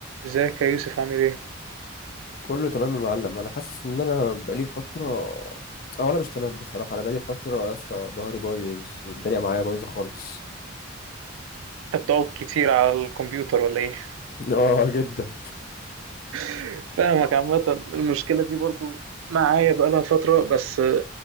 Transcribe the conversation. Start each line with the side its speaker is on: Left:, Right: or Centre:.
Right: ازيك يا يوسف عامل ايه؟
Left: كله تمام يا معلم انا حاسس ان انا بقالي فتره او انا مش تمام بصراحه انا بقالي فتره يا اسطى ظهري بايظ والدنيا معايا بايظه خالص
Right: انت بتقعد كتير على الكمبيوتر ولا ايه؟
Left: <laughs> اه جدا
Right: <laughs> فاهمك عامة المشكلة دي برضو معايا بقالها فترة بس